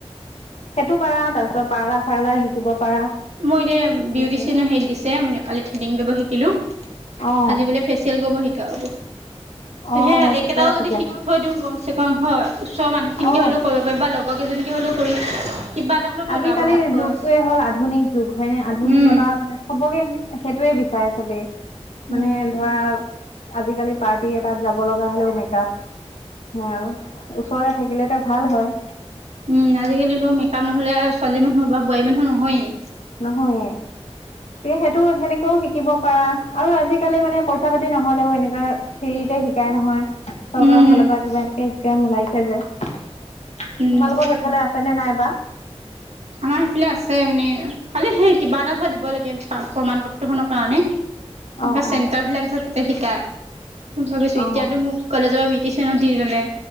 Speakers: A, on the left; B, on the right.
A: সেইটো পাৰা তাৰ পিছত পাৰ্লা চাৰ্লাৰ শিকিব পাৰা।
B: মোৰ এতিয়া
A: এনেকে
B: বিউটিচিয়ান হেই দিছে মই কালি থ্ৰেডিং কৰিব শিকিলো।
A: অ
B: আজি বোলে ফেচিয়েল কৰিব শিকাব। সে
A: অ
B: একেটাও
A: ঠিকে আছে
B: যদি
A: দিয়া
B: শিকি দিওঁ কম চে কম হয় ওচৰৰ মানুহখিনিকে
A: অ
B: হলেও ক- বা লগৰ কেইজনীকে হ'লেও কৰি কিবা এটা হ'লেওতো
A: আজিকালিৰ
B: ওলাব হাত খৰচ।
A: যুগটোৱে হ'ল আধুনিক যুগ হয়নে আধুনিকতাৰ
B: উম,
A: মানে চবকে। সেইটোৱে বিচাৰে চবেই
B: উম,
A: মানে ধৰা। আজিকালি পাৰ্টি এটাত যাব লগা হ'লেও মেকাপ। হ ওচৰতে থাকিলেতি ভাল হয়।
B: উম আজিকালিতো মেকআপ নহ'লে ছোৱালী মানুহৰ বা বোৱাৰী মানুহৰ নহয়ে।
A: নহয়ে তে সেইটো সেনেকেও শিক শিকিব পাৰা আৰু আজিকালি মানে পইচা পাতি নহলেও এনেকুৱা ফ্ৰীতে শিকাই নহয়। চৰকাৰৰ
B: উম, উম,
A: ফালৰ পৰা কিবা এনে স্কেম ওলাইছে যে তোমালোকৰ
B: উম,
A: সেইফালে আছে আছেনে নাইবা?
B: আমাৰ সেইফালে আছে মানে খালি সেই কিবা এটা থ দিব লাগে প্ৰমণ পত্ৰ খনৰ কাৰণে। এনে
A: অ
B: চেণ্টাৰ
A: অ
B: বিলাক যে তাতে শিকাই ভাবিছো
A: অ
B: এতিয়াতো মোক। কলেজৰ পৰা বিউটিচনত দি ল'লে